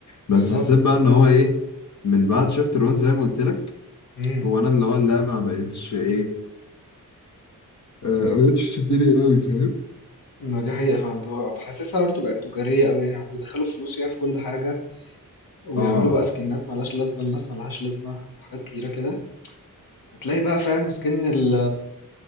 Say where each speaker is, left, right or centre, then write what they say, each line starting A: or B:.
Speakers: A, on the left; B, on the left.
A: بالضبط.
B: بس حسيت بقى ان هو ايه من بعد شابتر 1 زي ما قلت لك
A: إمم.
B: هو انا اللي هو اللعبه ما بقتش ايه آه، ما بقتش تشدني قوي فاهم
A: ما دي حقيقة فعلًا، ب باحسسها برضه بقت تجارية أوي يعني، هُم بيدخّلوا فلوس فيها في كل حاجة ويعملوا
B: اه
A: بقى سكنات ملهاش لازمة لناس ملهاش لازمة وحاجات كتيرة كده وتلاقي بقى فاهم سكن ال